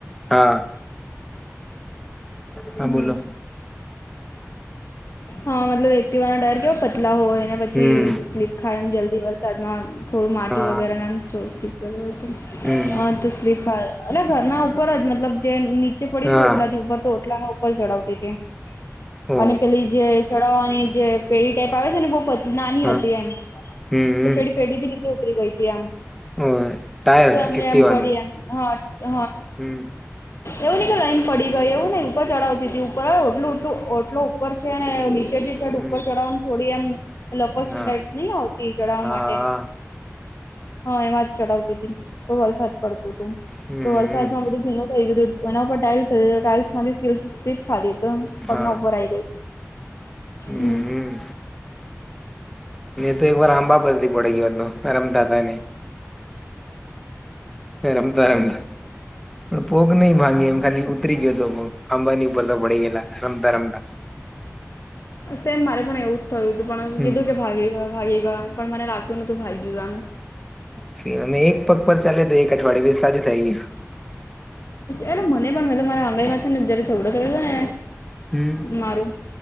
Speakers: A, in the centre; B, on the left.
A: હા. હા
B: ઉહુમ.
A: બોલો
B: હા મતલબ એક્ટવાના ટાયર કેવા પતલા હોય. અને પછી
A: હમ
B: સ્લીપ ખાય એમ જલ્દી વરસાદમાં થોડું માટી
A: હા
B: વગેરેને એમો થો ચી હ
A: હમ
B: તો સ્લીફાય એટ ઘરના ઉપર જ મતલબ જે ની ચે પડી
A: હા
B: હતી ઓટલાથી ઉપર તો ઓટલા ન ઉપર ચડાવતી હતી
A: ઓ
B: અને પેલી જે ચડાવવાની જે પેઢી ટાઈપ આવે છે ને બહ નાની
A: હા
B: હતી એમ
A: હમ
B: તો
A: હમ
B: પેઢ પેઢી થી નીચે ઉતરી ગઈ તી આમ.
A: ઓ ટાયર
B: તો એમને
A: એક્ટિવાનું
B: એમ પડી એમ <unintelligible>
A: હમ
B: એવું નહિ કે લઈન પડી ગયો એવું નઈ ઉપર ચડાવતી તી ઉપર ઓટલુંટલુંઓટલું. ઉપર છે ને નીચે નીઠે
A: હમ
B: ઉપર ચડાવવાનું થોડી એમ લપસ
A: હા
B: ટાઈપ નહ આવતી ચડાવવા
A: હા
B: માટે હા એમાં જ ચડાવતી હતી તો વરસાદ પડતું તું
A: હમ
B: તો વરસાદમાં બધું ભીનું થઈ ગયું તો એના પર ટાઇલ્સ રે ટાઇલ્સમાંથી સ્લિપ ખાધી તો પગના
A: હા
B: ઉપર આઈ ગઈ
A: હમ
B: હમ્મ
A: તો એક વાર આંબા પરથી પડે ગયા વાત રમતા ત નને <unintelligible> પણ પોગ નહી ભાંગી એમ ખાલી ઉતરી ગયો હતોગ અંબાની ઉપર તો પડી ગેલા રમતા રમતા
B: સેમ મારે પણ એવું થયું તું પણ
A: હમ
B: કીધું કે ભાગી ગયો ભાગી ગયો એમ પણ મને લાગતું નતું ભાગ ગયું આમ
A: ફ અમે એક પગ પર ચાલે તો એક અઠવાડય વ સાજું થાય ગય
B: એ મને પણ તો મારા આંગળીમાં છે ને જયારે ઝઘડો થયો હતો ને
A: હમ
B: મારું